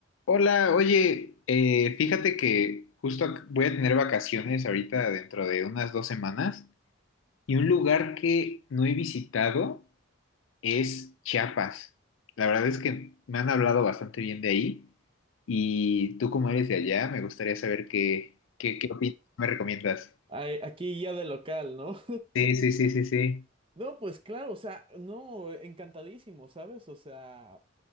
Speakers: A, on the left; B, on the right.
A: Hola, oye, eh, fíjate que justo ac- voy a tener vacaciones ahorita dentro de unas dos semanas y un lugar que no he visitado es Chiapas. La verdad es que me han hablado bastante bien de ahí y tú como eres de allá, me gustaría saber qué, qué, qué opinas, qué me recomiendas.
B: Ay, Aquí guía de local, ¿no? <laughs>
A: Sí, sí, sí, sí, sí.
B: No, pues claro, o sea, no, encantadísimo, ¿sabes? O sea,